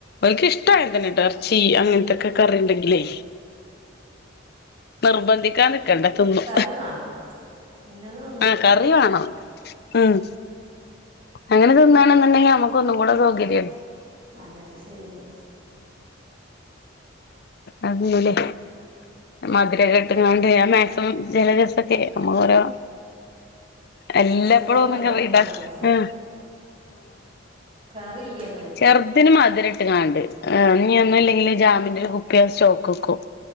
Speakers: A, on the left; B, on the right.
A: ഓൽക്കിഷ് ട്ടായി തന്നെ എറച്ചി അങ്ങൻത്തൊക്കെ കറിണ്ടെങ്കിലേ നിർബന്ധി ക്കാൻ നിക്കണ്ട തിന്നും
B: ഇത് വാണം ഇന്നത്
A: ആ കറി വാണം ഉം അങ്ങനെ തിന്നാണെന്ന്ണ്ടെങ്കിൽ നമുക്ക് ഒന്നും കൂടെ സൗകര്യ <unintelligible>
B: അതെ <unintelligible> ശരിയന്നേണ്
A: അതെന്നല്ലേ മധുരൊക്കെ ഇട്ട്ങ്ങാണ്ട് ഞാൻ മാക്സിമം ചെലേ ദിവസൊക്കെ ഓരോ
B: എന്റെ
A: എല്ലാപ്പഴും
B: ചെറിയ
A: ഒന്നും
B: മകൾക്ക്
A: കറി ഇണ്ടാക്ക
B: വാണം കറി
A: ആ
B: കറില്ലേന്ന്
A: ചെറ്തിന് മധുര ഇട്ട് കാണ്ട് ഇനീ ഒന്നും ഇല്ലെങ്കിൽ ജാമിന്റെ ഒരു കുപ്പിയ <unintelligible> സ്റ്റോക്ക് വെക്കും